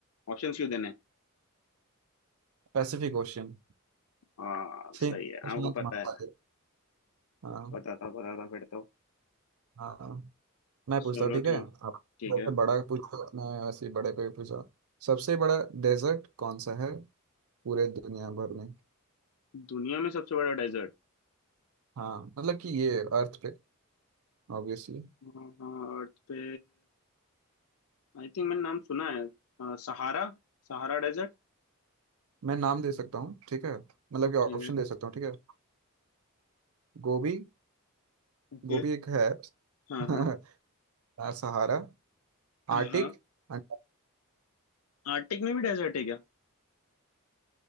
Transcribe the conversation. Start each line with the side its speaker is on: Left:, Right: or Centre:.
Left: ऑप्शंस क्यों देने हैं?
Right: Pacific Ocean
Left: हाँ
Right: ठीक
Left: सही है आपको
Right: सुनो तुम्हारे
Left: पता है
Right: पास है। हाँ
Left: पता था पता था फिर तो
Right: हाँ मैं
Left: चलो
Right: पूछता हूँ ठीक है
Left: ठीक
Right: आप
Left: ठीक
Right: बहुत
Left: है
Right: बड़ा पूछो मैं वैसे ही बड़े पे पूछा सबसे बड़ा डेजर्ट कौन सा है पूरे दुनिया भर में
Left: दुनिया में सबसे बड़ा डेजर्ट
Right: हाँ मतलब कि ये अर्थ पे ऑब्वियसली
Left: हाँ, अर्थ पे आई थिंक मैंने नाम सुना है अ, सहारा Sahara desert
Right: मैं नाम दे सकता हूँ ठीक है मतलब कि
Left: ठीक
Right: ऑप्शन
Left: है
Right: दे सकता हूँ ठीक है गोभी
Left: ओके
Right: गोभी एक है
Left: हाँ
Right: <laughs>
Left: हाँ
Right: यार सहारा
Left: हाँ
Right: आर्टिक
Left: हाँ
Right: अंटा-
Left: आर्टिक में भी डेजर्ट है क्या